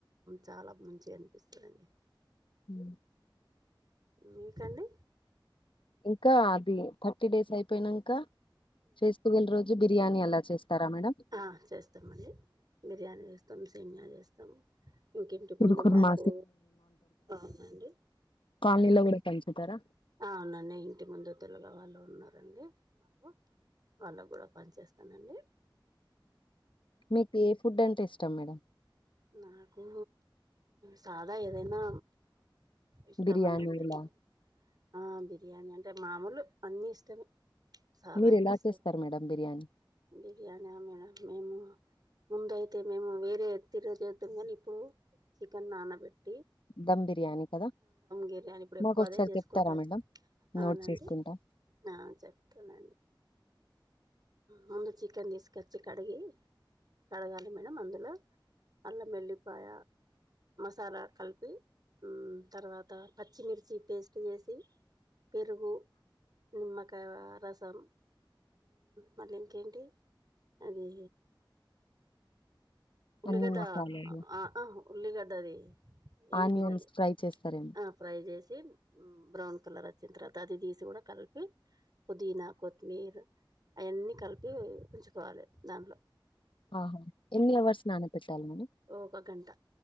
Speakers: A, on the right; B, on the left.
A: చాల మంచిగ అనిపిత్తదండి.
B: మ్
A: మీకండి?
B: ఇంకా అది థర్టీ డేస్ అయిపోయినంక ఫెస్టివల్ రోజు బిర్యానీ అలా చేస్తారా మేడం?
A: ఆ చేస్ తమండి బిర్యానీ చేస్ తం సేమ్యా చేస్తాం. ఇంకింటి ముందు
B: ఇది కుర్మా
A: మాకు, అవునండి
B: కాలనీల కూడ పంచుతార?
A: అ అవునండి ఇంటి ముందు తెలుగ వాళ్ళు ఉన్నారండి మాకు వాళ్ళకి కూడా పని చేస్తానండి
B: మీకు ఏ ఫుడ్ అంటే ఇష్టం మేడం
A: నాకు సాదా ఏదైనా ఇష్టం
B: బిర్యానీ
A: అని ఏం లేదండి
B: ఇలా
A: ఆ బిర్యానీ అంటే మామూలు అన్నీ ఇష్టమే సాదయనా
B: మీరు ఎలా చేస్తారు
A: ఇ
B: మేడం బిర్యానీ
A: బిర్యాన మేడం మేము ముందయితే మేము వేరే తిరజేద్దాం కానీ ఇప్పుడు చికెన్ నానబెట్
B: దమ్ బిర్యానీ కదా
A: బిర్యానీ ఇప్పుడు
B: మాకు
A: ఎక్కువ
B: ఒకసారి
A: అదే చేసుకుంటారు
B: చెప్తారా మేడంమ్ నోట్
A: అవునండి
B: చేసుకుంటా
A: ఆ చెప్తలండి ముందు చికెన్ తీసుకొచ్చి కడిగి కడగాలి మేడం అందులో అల్లం మెల్లిపాయ మసాలా కలిపి తర్వాత పచ్చిమిర్చి పేస్ట్ చేసి పెరుగు నిమ్మకాయ రసం మళ్ళీ ఇంకేంటి అది ఉల్లిగడ్డ
B: అన్ని మసాలాలు
A: ఆ ఆ ఉల్లిగడ్డది ఏం
B: ఆనియన్స్
A: పినది
B: ఫ్రై చేస్తారేమో
A: ఆ ఫ్రై చేసి బ్రౌన్ కలర్ వచ్చిన తర్వాత అది తీసి కూడా కలిపి పుదీనా కొత్తిమీరు అయన్నీ కలిపి ఉంచుకోవాలి దాంట్లో
B: ఆహా ఎన్ని అవర్స్ నానా పెట్టాలి మేడం
A: ఓ ఒక గంట